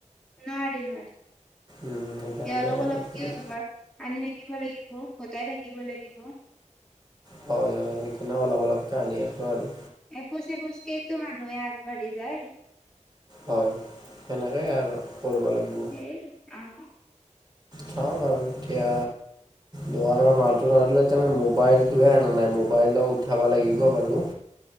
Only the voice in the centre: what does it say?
নোৱাৰি-নোৱাৰি
অলপ-অলপ
কে যোগাৰ, আনি থাকিব লাগিব, গোটাই থাকিব লাগিব।
এখোজ-এখোজ কেইটো মানুহে আগবাঢ়ি যায়।
সেই, অ।